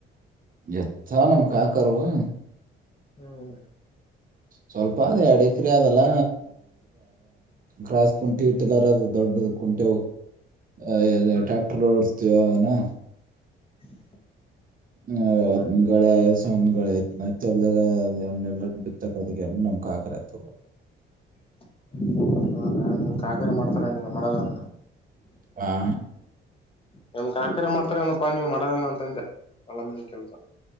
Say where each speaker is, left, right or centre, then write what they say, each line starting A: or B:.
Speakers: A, on the right; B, on the left.
A: ಎತ್ತ ಆವ ನಮ್ ಕಕರುವು.
B: ಹ್ಮ್ ಹ್ಮ
A: ಸ್ವಲ್ಪ ಆದ ಎಡ್ ಎಕರೆ ಅದಲ್ಲ ಗ್ರಾಸ್ ಕಂಟಿ ಟಿಲ್ಲರ್ ಆದ. ದೊಡ್ಡದು ಕುಂಟೆವು ಆ ಆ
B: ಹ್ಮ್
A: ಟ್ರ್ಯಾಕ್ಟರ್ ಓಡಸ್ತವಿ ಯುವಾಗನ.
B: <inaudible>
A: ಹ
B: ಹ್ಮ್ ಹ್ಮ್
A: ಗಳೇ ಶ್ ಸನ್ ಗಳೇ ಐತಿ ಹತ್ತಿ ಹೊಲದಾಗ ಬಿತ್ತಕ ನಮ್ ಕಾಕಾರ್ ಎತ್ತು ಗೋಳ.
B: <unintelligible> ಇವಾಗ ನಿಮ್ ಕಾಕರ ಮಾಡ್ತಾರ ನೀವ್ ಮಾಡಲನ
A: ಹಾ
B: ನಿಮ ಕಾಕರ ಮಾಡ್ತಾರ ಅನಪ್ಪಾ ನೀವು ಮಾಡಲ್ಲ ಅಂತ ಅಂದೇ ಹೊಲ ಮನಿ ಕೆಲ್ಸ.